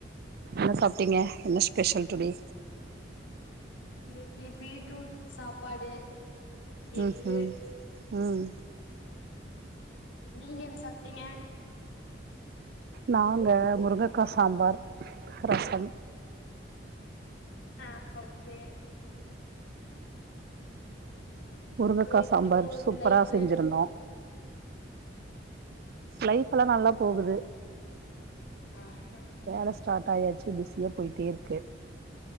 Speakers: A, on the right; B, on the left.
A: என்ன சாப்பிட்டீங்க என்ன ஸ்பெஷல் டுடே
B: இன்னைக்கு பீட்ரூட் சாப்பாடு எக்கு
A: உம் ஹும் உம்
B: நீங்க என்ன சாப்ட்டீங்க
A: நாங்க முருங்கக்கா சாம்பார் ரசம்
B: ஆஹ் ஓகே
A: முருங்கக்கா
B: அப்புறோ எப்டி
A: சாம்பார்
B: போகுது
A: சூப்பரா
B: லைஃபு
A: செஞ்சுருந்தோம் லைப் அல்லாம் நல்லா போகுது
B: ஆஹா
A: வேல ஸ்டார்ட் ஆயாச்சு பி <unintelligible> போயிட்டே இருக்கு